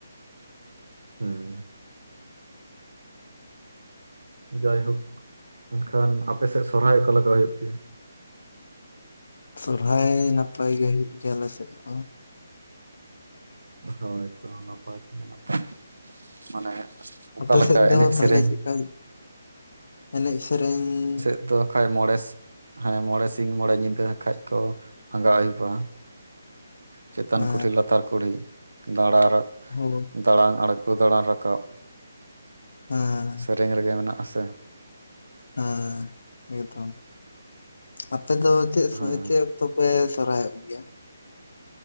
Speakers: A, on the right; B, on the left.
A: ᱦᱳᱭ ᱡᱟᱭᱦᱳᱠ ᱢᱮᱱᱠᱷᱟᱱ ᱟᱯᱮ ᱥᱮᱫ ᱥᱚᱨᱦᱟᱭ ᱚᱠᱟ ᱞᱮᱠᱟ ᱦᱳᱭᱳᱜ ᱜᱮᱭᱟ?
B: ᱥᱚᱨᱦᱟᱭ ᱱᱟᱯᱟᱭ ᱜᱮ ᱦᱩᱭᱩᱜ ᱜᱮᱭᱟ ᱟᱞᱮ ᱥᱮᱫ ᱫᱚ᱾
A: ᱦᱳᱭᱛᱚ ᱱᱟᱯᱟᱭ <inaudible> ᱱᱟᱯᱟᱭ ᱢᱟᱱᱮ ᱚᱠᱟ
B: ᱟᱯᱮ
A: ᱞᱮᱠᱟ
B: ᱥᱮᱫ ᱫᱚ
A: ᱮᱱᱮᱡ
B: ᱛᱟᱦᱚᱞᱮ
A: ᱥᱮᱨᱮᱧ?
B: ᱪᱮᱫᱠᱟ ᱮᱱᱮᱡ ᱥᱮᱨᱮᱧ
A: ᱛᱚ ᱟᱠᱷᱟᱡ ᱢᱚᱲᱮ ᱦᱮᱸ ᱢᱚᱲᱮ ᱥᱤᱧ, ᱢᱚᱲᱮ ᱧᱤᱫᱟᱹ ᱟᱠᱷᱟᱡ ᱠᱚ ᱟᱸᱜᱟ ᱟᱹᱭᱩᱵᱟ᱾ ᱪᱮᱛᱟᱱ
B: ᱦᱮᱸ
A: ᱠᱩᱞᱦᱤ ᱞᱟᱛᱟᱨ ᱠᱩᱞᱦᱤ ᱫᱟᱲᱟ ᱨᱟ
B: ᱦᱳ
A: ᱫᱟᱲᱟᱱ ᱟᱲᱜᱚ ᱠᱚ ᱫᱟᱲᱟᱱ ᱨᱟᱠᱟᱵ,
B: ᱦᱮᱸ
A: ᱥᱮᱨᱮᱧ ᱨᱮᱜᱮ ᱢᱮᱱᱟᱜᱼᱟ ᱥᱮ
B: ᱦᱮᱸ ᱮᱠᱫᱚᱢ᱾ ᱟᱯᱮ ᱫᱚ ᱪᱮᱫ ᱥᱟᱤᱠᱮᱞ?
A: ᱦᱮᱸ
B: ᱛᱚᱯᱮ ᱥᱚᱨᱦᱟᱭᱚᱜ ᱜᱮᱭᱟ